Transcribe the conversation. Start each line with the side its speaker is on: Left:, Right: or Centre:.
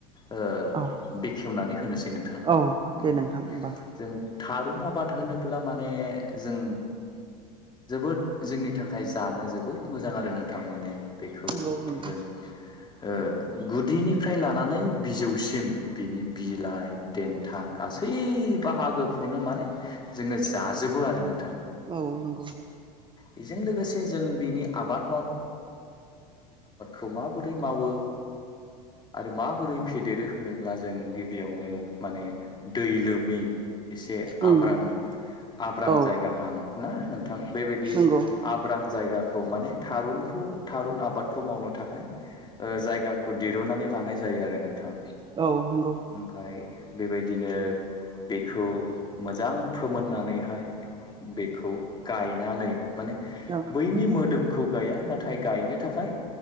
Left: ओ
Right: औ
Left: बेखेवनानै होनोसै नोंथाङा
Right: औ दे
Left: माने
Right: नोंथां होमबा
Left: जों थारुन आबाद होनोब्ला माने जों जोबोद जोंनि थाखाय खाय जानो जोबोद मोजां आरो नोंथां माने बेखौ
Right: नंगौ नंगौ
Left: जों ओ गुदिनिफ्राय लानानै बिजौसिम बिनि बिलाइ देथा गासैबो सै बाहागोखौनो माने जोङो जाजोबो आरो नों
Right: औ नंगौ।
Left: बेजों लोगोसे जों बिनि आबाद खौ माबोरै मावो आरो माबोरै फेदेरो होनोब्ला जों गिबियावनो माने दै लोमि एसे
Right: उम
Left: आब्रां आब्रां
Right: औ
Left: जायगाहां ना नोंथां बेबायदि
Right: नंगौ
Left: आब्रां जायगा खौ माने थारुनखौ थारुन आबादखौ मावनो थाखाय ओ जायगा खौ दिरुननानै लानाय जायो आरो नोंथां।
Right: औ नंगौ
Left: ओमफफ्राय बेबायदिनो बेखौ मोजां फोमोननानैहाय बेखौ गायनानै माने
Right: औ
Left: बैनि मोदोम दोमखौ गाया नाथाय गायनो थाखाय